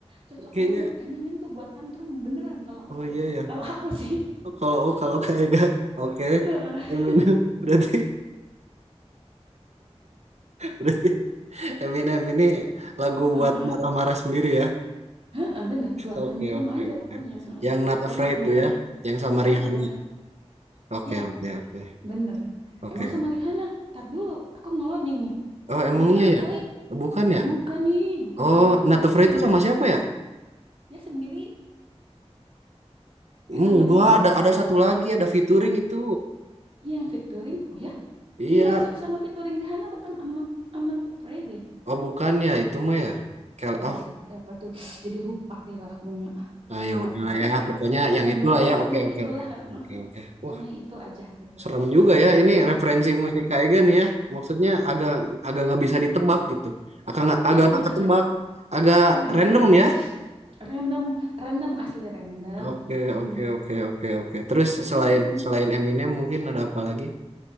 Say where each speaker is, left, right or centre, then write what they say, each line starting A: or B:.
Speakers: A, on the right; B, on the right.
A: cocok
B: kayaknya
A: banget Eminem tuh buat tantrum beneran kalau
B: oh
A: aku
B: iya
A: ya
B: ya
A: kalau aku sih <laughs>
B: oh, kalau oh kalau kayak kan oke
A: Heeh,
B: Eminem <laughs> berarti berarti Eminem ini lagu
A: heeh.
B: buat marah-marah sendiri ya
A: Heeh, bener, buat
B: oke
A: tantrum
B: oke
A: aja
B: oke
A: pokoknya. heeh.
B: yang Not
A: Pokoknya
B: Afraid
A: pengen,
B: tuh ya yang sama
A: heeh.
B: Rihanna oke
A: Ya,
B: oke oke
A: bener.
B: oke
A: Emang sama Rihanna? Ntar dulu, aku ngeloding nih.
B: oh emang
A: Bukan
B: iya
A: kali.
B: ya bukan
A: Ih,
B: ya
A: bukan nih, bukan
B: oh
A: sama Rihanna
B: Not Afraid
A: ya.
B: itu sama siapa ya
A: <laughs> Dia sendiri.
B: hmm,
A: Yang sama Rihanna
B: gua ada
A: beda
B: ada
A: lagi
B: satu
A: kayak.
B: lagi ada featuring itu
A: Iya, yang featuring. Oh ya?
B: iya
A: Iya, yang so- sama featuring Rihanna bukan I'm Not, I'm Not Afraid deh.
B: oh bukan ya itu mah ya Kel-
A: Ih,
B: oh
A: siapa, apa tuh? <sighs> Jadi lupa deh lagunya.
B: Nah, ya
A: Apa
B: udahlah ya,
A: ya?
B: pokoknya yang
A: Aduh
B: itulah
A: lah, heeh,
B: ya. Oke, oke,
A: itulah.
B: oke, oke,
A: heeh.
B: oke. oke.
A: Pokoknya
B: Wah,
A: itu aja gitu.
B: serem juga
A: Heeh.
B: ya. Ini referensi musik kayak gini ya. Maksudnya agak agak nggak bisa ditebak gitu. Agak nggak-
A: Iya,
B: agak
A: emang.
B: nggak ketebak, agak
A: Heeh,
B: random
A: emang
B: ya.
A: random, random asli random.
B: Oke,
A: Nih,
B: oke, oke, oke, oke. Terus selain
A: mm
B: selain Eminem mungkin ada apa lagi?